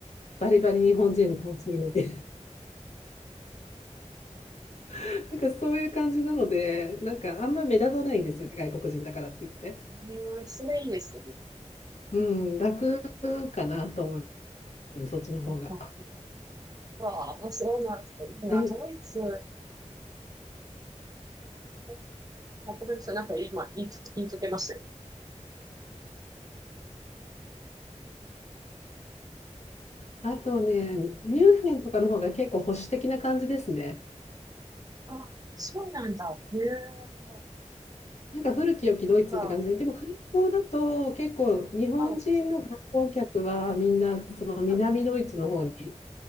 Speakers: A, on the left; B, on the right.
A: バリバリ日本人の顔するので。<laughs> なんかそういう感じなので、なんかあんま目立たないんですよね、外国人だからって言って。
B: うん、それいいですよね。
A: うん、楽かなと思う、そっちの方が。
B: うんうんうんわあ、そうなんですね。いいなドイツ、
A: で、
B: えあごめんなさい。なんか今、言いつ、言いつけましたよ。
A: あとね、ミュンヘンとかの方が結構保守的な感じですね。
B: あ、そうなんだ。へえ、なん
A: なんか古き良きドイツって感じで、
B: か、
A: でも観光だと結構日本人の観光客はみんなその南ドイツの方に
B: あ、はい。